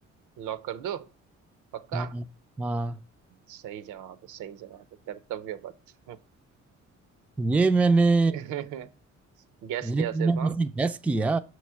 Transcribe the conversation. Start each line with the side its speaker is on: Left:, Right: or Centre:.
Right: लॉक कर दो पक्का
Centre: हाँ हाँ
Right: सही जवाब है सही जवाब है कर्तव्य पथ
Centre: ये मैंने
Right: <laughs> गैस
Centre: ये
Right: किया
Centre: मैंने
Right: सिर्फ हाँ
Centre: वैसे गैस किया